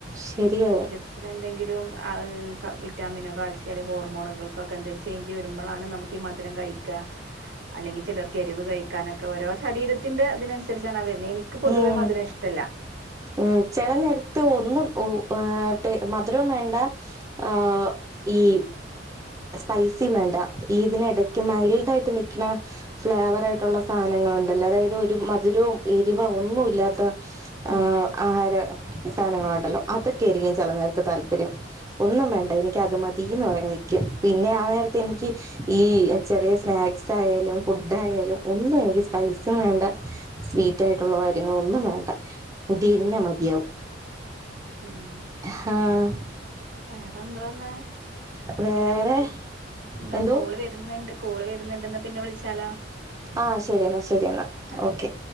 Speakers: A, on the right (about 20°); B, on the right (about 65°).
A: ശരിയാവും
B: ത്തിലെന്തെങ്കിലും അത് വിറ്റാമിനോ കാൽസ്യോ അല്ലേ ഹോർമോണുകൾക്കൊക്കെ എന്തെങ്കിലും ചെയ്ഞ്ച് വരുമ്പളാണ് നമുക്ക് ഈ മധുരം കഴിക്ക അല്ലെങ്കി ചെലർക്ക് എരിവ് കഴിക്കാനൊക്കെ ഓരോ ശരീരത്തിന്റെ തിനനസരിച്ചാണ് ആ വെരുന്നത് എനിക്ക് എനിക്ക് പൊതുവേ
A: ഉം
B: മധുര ഇഷ്ടല്ല
A: ഉം ചെല നേരത്ത് ഒന്നുംഏഹ് ട്ടെ മധുരം വേണ്ട ആഹ് ഈ സ്പൈസി വേണ്ട ഇതിനടയ്ക്ക് മയ്ൽട്ടായിട്ട് നിക്ക്ണ ഫ്ലേവറായിട്ടുള്ള സാധനങ്ങള്ണ്ടല്ലോ അതായത് ഒരു മധുരവും എരിവെ ഒന്നുല്ലാത്ത ആ
B: ഉം
A: ആഹാര സാധനങ്ങളുണ്ടല്ലോ അതൊക്കെയായിരിക്കും ചെല നേരത്ത് താല്പര്യം ഒന്നും വേണ്ട എനിക്ക് അത് മതിന്ന് പറഞ്ഞഞ് നിക്കും പിന്നെ ആ നേരത്തെ എനിക്ക് ഈ ചെറിയ സ്നാക്സ് ആയാലും ഫുഡ ആയാലും ഒന്നും എനിക്ക് പൈസ വേണ്ട സ്വീറ്റ് ആയിട്ടുള്ള കാര്യങ്ങള ഒന്നും വേണ്ട ഇതിന്നെ മതിയാവും
B: ഉം
A: ആഹ്
B: വേറെ എന്ത്വന്നാ
A: വേറെ
B: പിന്നെ വിളിക്ക എന്താ
A: എന്തോ
B: കോള് വ വരുന്നുണ്ട് കോള് വരുന്നുണ്ട്ന്ന പിന്നെ വിളിച്ചാലോ
A: ആഹ് ശരിയെന്നാ ശരിയെന്നാ
B: ആ
A: ഓക്കെ